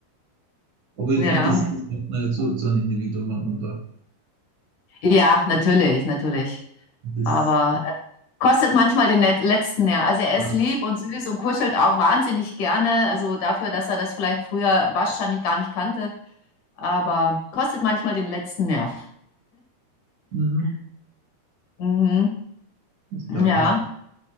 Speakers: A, on the right; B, on the left.
A: Aber ich
B: Ja,
A: finde, das, das macht man ja zu, zu einem Individuum an und äh,
B: ja, natürlich, natürlich.
A: Das,
B: Aber Kostet manchmal den Let- letzten, Nerv Also er
A: ja,
B: ist lieb und süß und kuschelt auch wahnsinnig gerne. Also dafür, dass er das vielleicht früher wahrscheinlich gar nicht kannte. Aber kostet manchmal den letzten Nerv.
A: mhm.
B: Mhm.
A: ich
B: Ja.
A: glaube, das